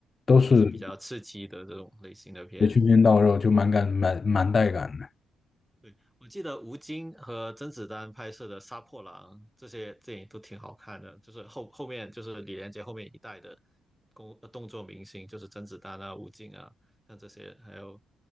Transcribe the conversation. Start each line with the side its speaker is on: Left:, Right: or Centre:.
Left: 都是
Centre: 都是比较刺激的这种类型的片。
Left: 得拳拳到肉，就蛮感蛮蛮带感的。
Centre: 对，我记得吴京和甄子丹拍摄的《杀破狼》这些电影都挺好看的，就是后后面就是李连杰后面一代的功呃动作明星，就是甄子丹啊、吴京啊，像这些，还有